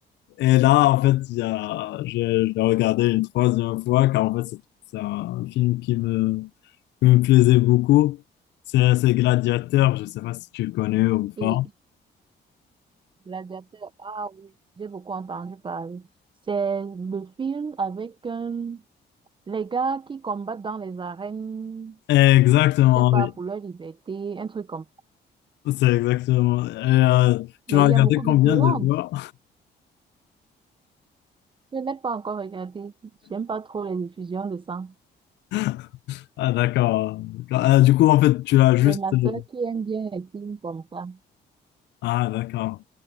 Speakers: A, on the left; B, on the right.
A: Et là, en fait, il y a, je, je l'ai regardé une troisième fois, car en fait, c'est c'est un film qui me, qui me plaisait beaucoup. C'est c'est Gladiateur, je ne sais pas si tu le connais ou
B: Et
A: pas.
B: Gladiateur, ah oui, j'ai beaucoup entendu parler. C'est le film avec euh, les gars qui combattent dans les arènes,
A: Exactement,
B: je sais pas,
A: oui.
B: pour leur liberté, un truc comme ça.
A: C'est exactement. Et, euh, tu
B: Mais
A: l'as regardé
B: il y a beaucoup
A: combien
B: de violence.
A: de fois?
B: Je n'ai pas encore regardé. J'aime pas trop les effusions de sang.
A: <laughs> Ah, d'accord. Ah, du coup, en fait, tu l'as juste.
B: C'est ma
A: euh,
B: sœur qui aime bien les films comme ça.
A: Ah, d'accord.